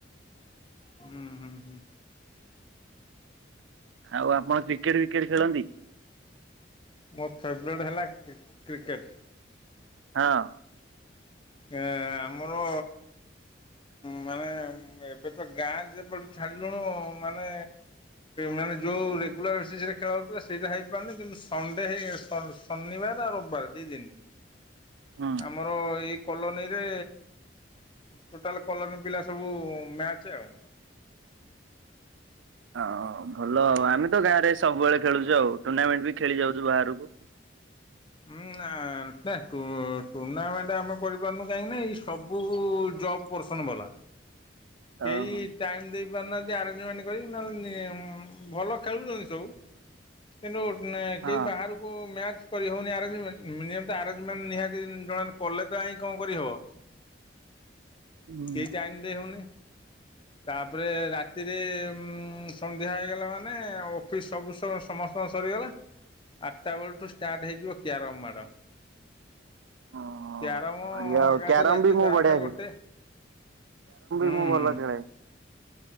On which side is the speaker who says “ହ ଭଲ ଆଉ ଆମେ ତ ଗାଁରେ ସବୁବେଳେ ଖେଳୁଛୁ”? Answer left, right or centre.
Right